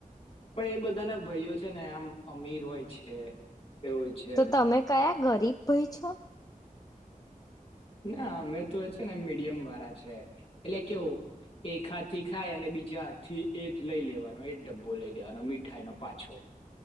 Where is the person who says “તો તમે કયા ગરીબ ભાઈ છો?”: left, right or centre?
Left